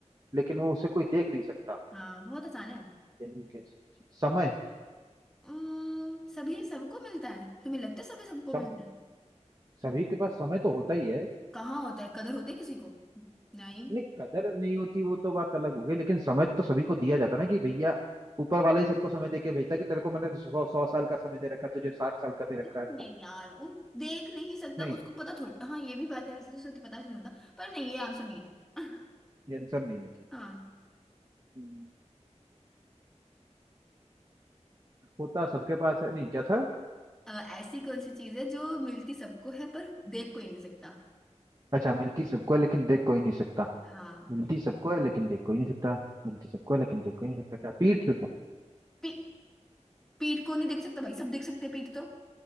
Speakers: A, on the right; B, in the centre.
A: लेकिन वो उसे कोई देख नहीं सकता
B: हाँ बहुत आसान है
A: यही कैसी चीज समय
B: उम्म, सभी सबको मिलता है तुम्हें लगता है सभी सबको
A: सम
B: मिलता है
A: सभी के पास समय तो होता ही है
B: कहाँ होता है कदर होती है किसी को नहीं
A: नहीं कदर नहीं होती वो तो बात अलग हो गई लेकिन समय तो सभी को दिया जाता ना कि भैया ऊपर वाला ही सबको समय दे के भेजता कि तेरे को मैंने सौ सौ साल का समय दे रखा है तुझे साठ साल का दे रखा
B: नहीं
A: है
B: नहीं यार वो देख नहीं सकता
A: नहीं
B: उसको पता थोड़ा हाँ ये भी बात है वैसे तो उसे तो पता नहीं होता पर नहीं ये आंसर नहीं है
A: ये आंसर नहीं है इसमें।
B: <laughs> हाँ
A: हम्म, होता सबके पास है नहीं क्या था
B: अ, ऐसी कौन सी चीज है जो मिलती सबको है पर देख कोई नहीं सकता
A: अच्छा मिलती सबको है लेकिन देख कोई नहीं सकता
B: हाँ
A: मिलती सबको है लेकिन देख कोई नहीं सकता मिलती सबको है लेकिन देख कोई नहीं सकता क्या पीठ
B: पी, पीठ को नहीं देख सकता भाई सब देख सकते हैं पीठ तो